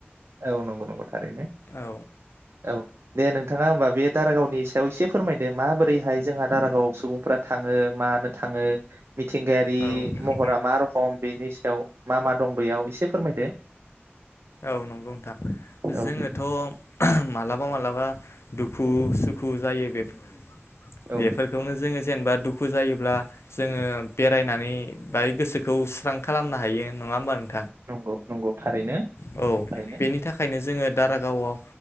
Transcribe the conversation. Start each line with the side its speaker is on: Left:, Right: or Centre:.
Right: औ नंगौ नंगौ थारैनो
Left: औ
Right: औ दे नोंथाङा होमबा बे। दारागावनि सायाव एसे फोरमायदो माबोरैहाय जोंहा दारागाव सुबुंफ्रा थाङो? मानो थाङो? मिथिंगायारि
Left: नोंथां
Right: महरा मा रखम बेनि याव मा मा दं बैयाव एसे फोरमायदो।
Left: औ नंगौ नोंथां
Right: औ
Left: जोङोथ' मालाबा मालाबा दु खु सुखु जायो बेफोर-बेफोरखौनो
Right: औ
Left: जोङो जेनेबा दुखु जायो ब्ला जोङो बेरायनानै बाय गोसोखौ स्रां खालामनो हायो नङा होमबा नों
Right: नंगौ नंगौ थारैनो
Left: औ
Right: थारैनो
Left: बेनि थाखायनो जोंङो दारागावयाव